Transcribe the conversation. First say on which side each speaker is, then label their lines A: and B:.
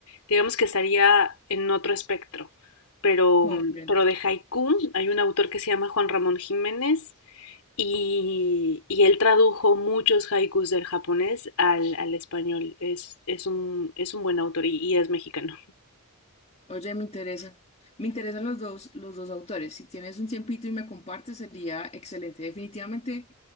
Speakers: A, on the left (about 80°); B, on the left (about 30°).
A: digamos que estaría en otro espectro, pero,
B: Comprendo.
A: mm, pero de haiku hay un autor que se llama Juan Ramón Jiménez y, y él tradujo muchos haikus del japonés al, al español. Es, es un, es un buen autor y, y es mexicano.
B: Oye, me interesa. Me interesan los dos, los dos autores. Si tienes un tiempito y me compartes, sería excelente. Definitivamente,